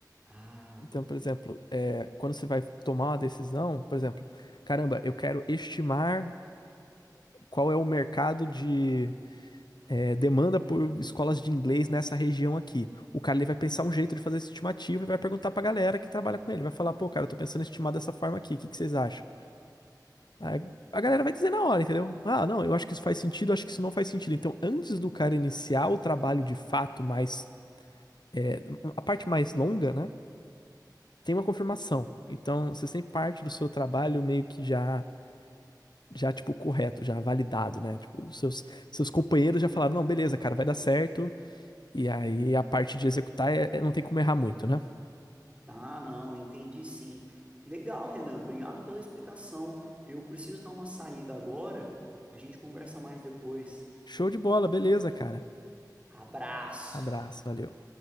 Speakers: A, on the right; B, on the left.
A: Ah.
B: Então, por exemplo, é, quando você vai tomar uma decisão, por exemplo, caramba, eu quero estimar qual é o mercado de é, demanda por escolas de inglês nessa região aqui. O cara ele vai pensar um jeito de fazer essa estimativa e vai perguntar pra galera que trabalha com ele. Vai falar, pô, cara, eu tô pensando em estimar dessa forma aqui, o que que vocês acham? A, a galera vai dizer na hora, entendeu? Ah, não, eu acho que isso faz sentido, acho que isso não faz sentido. Então, antes do cara iniciar o trabalho de fato, mais, é, a parte mais longa, né? Tem uma confirmação. Então, você sempre parte do seu trabalho meio que já, já tipo, correto, já validado, né? Tipo, os seus, seus companheiros já falaram, não, beleza, cara, vai dar certo. E aí, a parte de executar é- é- não tem como errar muito, né?
A: Ah, não, entendi sim. Legal, Renan, obrigado pela explicação. Eu preciso dar uma saída agora. A gente conversa mais depois.
B: Show de bola, beleza, cara.
A: Abraço!
B: Abraço, valeu.